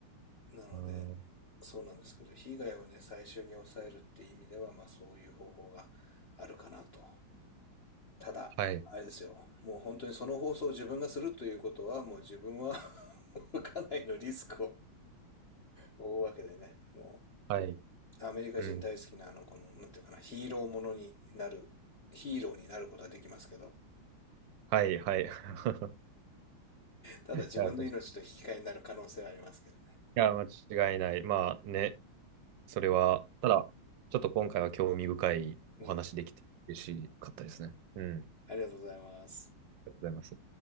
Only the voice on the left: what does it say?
なので、
そうなんですけど、被害をね、最終に抑えるっていう意味では、まあそういう方法があるかなと。ただ、
あれですよ。もう本当にその放送を自分がするということは、もう自分は <laughs> かなりのリスクを負うわけでね。も
う、アメリカ人大好きなあの、
この、なんていうかな、ヒーローものになる、ヒーローになることはできますけど、
ただ自分の命と引き換えになる可能性はありますけどね。
うん。
ありがとうございます。